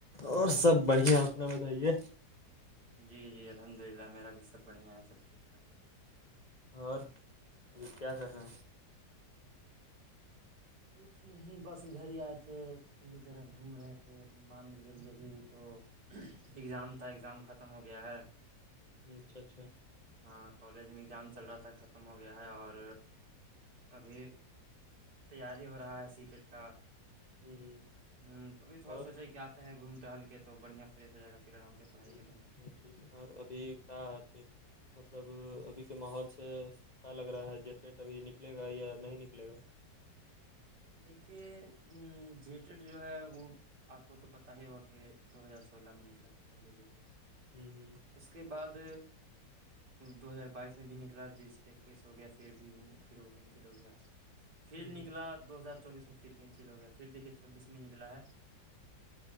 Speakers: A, on the left; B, on the right.
A: اور سب بڑھیا اپنا بتائیے
B: جی جی الحمد للہ میرا بھی سب بڑھیا ہے سب ٹھیک ٹھاک ہے
A: اور ابھی کیا کر رہے ہیں
B: کچھ نہیں بس ادھر ہی آئے تھے پیڑھی طرف گھوم رہے تھے مان کے چلیےبھی تو اگزام تھا ایگزام ختم ہو گیا ہے
A: اچھا اچھا
B: ہاں کالج میں ایگزام چل رہا تھا ختم ہو گیا ہے اور ابھی تیاری ہو رہا ہے سیٹیٹ کا
A: ہ ہ
B: ہ تو بھی تھوڑا
A: اور
B: سوچے کہ گھوم ٹہل کے تو بڑھیا فریش ہو جائے گا پھر آرام سے پڑھائی
A: ہ
B: کریں گے
A: ٹھیک اور ابھی کا مطلب ابھی کے ماحول سے کیا لگ رہا ہے جٹٹ ابھی نکلے گا یا نہیں نکلے گا
B: دیکھیے ا جیٹڈ جو ہے وہ آپ کو تو پتاہ ہی ہوا کہ دو ہزار سولہ میں نکلا تھا پہلے جی ڈٹ
A: ہوں ہوں
B: اس کے بعد دو ہزار بائیس میں بھی نکلا جس سے کیس ہو گیا پھر بھی پھر وہ کینسل ہو گیا پھر
A: ہ
B: نکلا دو ہزار چوبیس میں پھر کینسل ہو گیا پھر دیکھیے چھبیس میں نکلا ہے